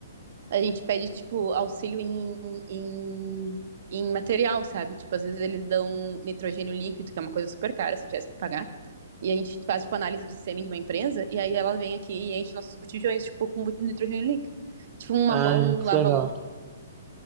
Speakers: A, on the right (about 55°); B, on the right (about 20°).
A: a gente pede, tipo, auxílio em, em, em material, sabe? Tipo, às vezes eles dão nitrogênio líquido, que é uma coisa super cara, se tivesse que pagar. E a gente faz, tipo, análise de sêmen de uma empresa, e aí ela vem aqui e enche nossos botijões, tipo, com nitrogênio líquido. Tipo, uma mão
B: Ah, que
A: lava
B: legal.
A: a outra.